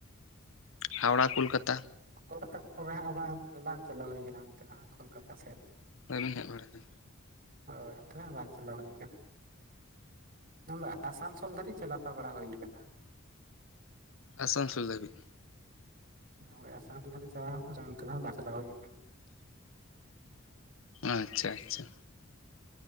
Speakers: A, on the left; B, on the right.
A: ᱦᱟᱣᱲᱟ, ᱠᱳᱞᱠᱟᱛᱟ ᱾
B: ᱠᱳᱞᱠᱟᱛᱟ ᱠᱚᱨᱮ ᱦᱟᱸᱜ ᱵᱟᱝ ᱵᱟᱝ ᱪᱟᱞᱟᱣ ᱦᱩᱭ ᱠᱟᱱᱟ ᱚᱱᱛᱮ ᱫᱚ ᱦᱟᱸᱜ ᱠᱳᱞᱠᱟᱛᱟ ᱥᱮᱫ ᱾
A: ᱵᱟᱹᱵᱤᱱ ᱦᱮᱡ ᱵᱟᱲᱟ ᱠᱟᱱᱟ ᱾
B: ᱦᱳᱭ ᱚᱱᱛᱮ ᱫᱚ ᱦᱟᱜ ᱵᱟᱝ ᱪᱟᱞᱟᱣ ᱦᱩᱭ ᱠᱟᱱᱟ ᱾ <unintelligible> ᱟᱥᱟᱱᱥᱳᱞ ᱫᱷᱟᱨᱤᱡ ᱪᱟᱞᱟᱣ ᱵᱟᱲᱟ ᱦᱩᱭ ᱟᱠᱟᱱᱟ ᱾
A: ᱟᱥᱟᱱᱥᱳᱞ ᱫᱟᱷᱟᱨᱤᱡ᱾
B: ᱷᱳᱭ ᱟᱥᱟᱱᱥᱞᱟᱨᱮ ᱪᱟᱞᱟᱣ ᱦᱩᱭ ᱟᱠᱟᱱᱟ ᱚᱱᱛᱮ ᱫᱚ ᱦᱟᱜ ᱵᱟ ᱪᱞᱟᱣ ᱦᱩᱭ ᱟᱠᱟᱱᱟ
A: ᱟᱪᱪᱷᱟ ᱟᱪᱪᱷᱟ᱾